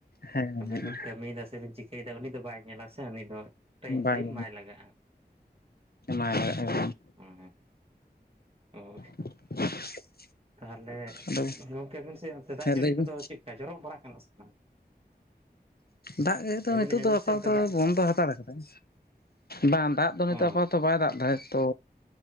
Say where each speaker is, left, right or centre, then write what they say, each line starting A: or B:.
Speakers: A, on the left; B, on the right.
A: ᱦᱮᱸ
B: ᱟᱵᱤᱱ
A: ᱦᱮᱸ
B: ᱵᱤᱱ ᱠᱟᱹᱢᱤᱭᱮᱫᱟ ᱥᱮᱵᱤᱱ ᱪᱤ ᱠᱟᱹᱭ ᱫᱟ ᱩᱱᱤ ᱫᱚ ᱵᱟᱭ ᱧᱮᱞᱟ ᱥᱮ ᱩᱱᱤ ᱫᱚ ᱴᱟᱭᱤᱢ
A: ᱵᱟᱭ
B: ᱴᱟᱭᱤᱢ ᱮᱢᱟᱭ ᱞᱟᱜᱟᱜᱼᱟ,
A: ᱮᱢᱟᱭ ᱞᱟᱜᱟᱜᱼᱟ
B: ᱦᱳᱭ᱾ ᱚᱜ᱾
A: <inaudible>
B: ᱛᱟᱦᱚᱞᱮ
A: ᱟᱫᱚ
B: ᱜᱚᱝᱠᱮ ᱟᱵᱤᱱ ᱥᱮ ᱚᱱᱛᱮ ᱫᱟᱜ
A: ᱦᱮᱸ
B: ᱡᱟᱹᱲᱤ
A: ᱞᱟᱹᱭ
B: ᱠᱚᱫᱚ
A: ᱵᱤᱱ
B: ᱪᱮᱫ ᱠᱟ ᱡᱚᱨᱚᱜ ᱵᱟᱲᱟᱜ ᱠᱟᱱᱟ ᱥᱮ ᱵᱟᱝ?
A: ᱫᱟᱜ ᱜᱮ ᱛᱚ
B: ᱞᱟᱹᱭ
A: ᱱᱤᱛᱚᱜ
B: ᱫᱟᱞᱤᱧ
A: ᱫᱚ
B: ᱟᱹᱵᱤᱱ
A: ᱟᱯᱟᱛᱚᱛᱚᱭ
B: ᱥᱮᱫ ᱚᱱᱛᱮ ᱫᱟᱜ
A: ᱵᱚᱱᱫᱚ ᱦᱟᱛᱟᱲ ᱟᱠᱟᱫᱟᱭ᱾ ᱵᱟᱝ ᱫᱟᱜ ᱫᱚ ᱱᱤᱛᱚᱜ
B: ᱚ
A: ᱟᱯᱟᱛᱚᱛᱚ ᱵᱟᱭ ᱫᱟᱜ ᱮᱫᱟᱭ ᱛᱚ